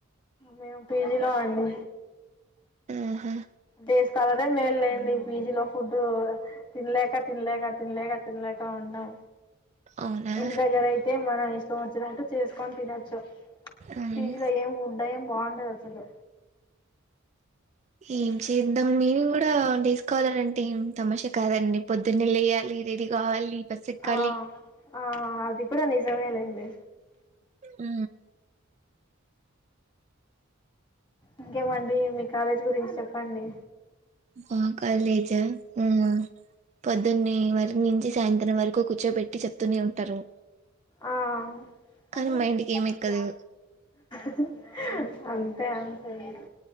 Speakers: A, on the left; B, on the right.
A: మేము పీజిలో అండి
B: ఆహా,
A: డేస్ స్కాలర్ ఏ మేల్లే మేం బీజీ లో ఫుడ్ తినలేక తినలేక తినలేక తినలేక ఉన్నాం
B: అవునా
A: ఇంటి దగ్గర అయితే మన ఇ ష్టం వచ్చినట్టు చేసుకొని తినొచ్చు
B: మ్మ్.
A: పిజీ లో ఎమ్ దయం బాగుండదు అసలు
B: ఏం చేద్దాం మీని కూడాసుకోవాలారంటే ఏం తమష కాదండి పొద్దున్నే లేయ్యాలి రెడీ కావాలి బస్ ఎక్కాలి
A: ఆ ఆ అద్ ది కూడా నిజమే లేండి
B: ఉ
A: ఇంకేమండి మీ కాలేజీ గురించి చెప్పండి.
B: మా కాలేజా హ పొద్దున్నే వర్ణించి సాయంత్రం వరకు కూర్చో పెట్టి చెప్తూనే ఉంటారు.
A: ఆ
B: కానీ
A: అవును
B: మైండ్కి ఏం
A: అప్పుడు
B: ఎక్కదు
A: <inaudible> అంతే అంతే అండి.